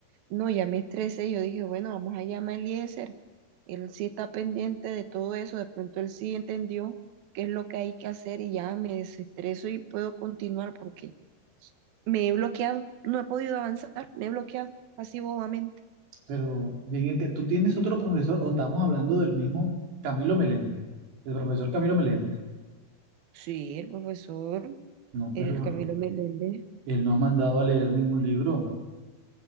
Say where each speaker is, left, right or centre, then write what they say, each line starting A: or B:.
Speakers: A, on the right (about 65°); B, on the right (about 85°).
A: No, ya me estresé. Yo dije, bueno, vamos a llamar a Eliezer. Él sí está pendiente de todo eso. De pronto él sí entendió qué es lo que hay que hacer y ya me desestreso y puedo continuar porque me he bloqueado, no he podido avanzar, me he bloqueado, así bobamente.
B: pero bien es que tú tienes otro profesor o estamos hablando del mismo Camilo Meléndez, del profesor Camilo Meléndez.
A: Sí, el profesor,
B: No, pero
A: el
B: ah,
A: Camilo Meléndez.
B: él no ha mandado a leer ningún libro.